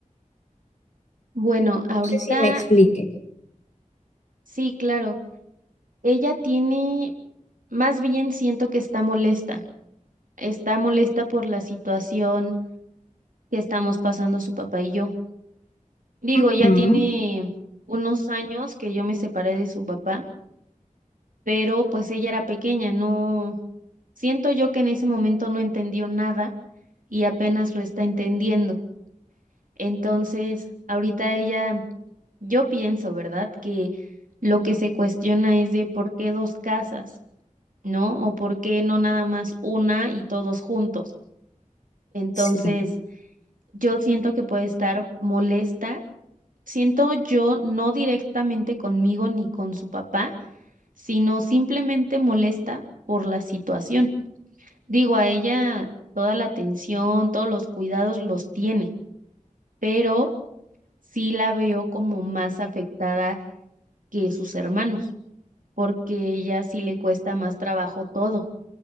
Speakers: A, on the right; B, on the left.
A: Bueno, ahorita
B: sé si me explique.
A: sí, claro, ella tiene, más bien siento que está molesta, está molesta por la situación que estamos pasando su papá y yo. Digo,
B: Ujú,
A: ya tiene unos años que yo me separé de su papá, pero pues ella era pequeña, no, Siento yo que en ese momento no entendió nada y apenas lo está entendiendo. Entonces, ahorita ella, yo pienso, ¿verdad? Que lo que se cuestiona es de por qué dos casas, ¿no? O por qué no nada más una y todos juntos. Entonces,
B: sí,
A: yo siento que puede estar molesta. Siento yo no directamente conmigo ni con su papá, sino simplemente molesta por la situación. Digo, a ella toda la atención, todos los cuidados los tiene, pero sí la veo como más afectada que sus hermanos, porque ella sí le cuesta más trabajo todo.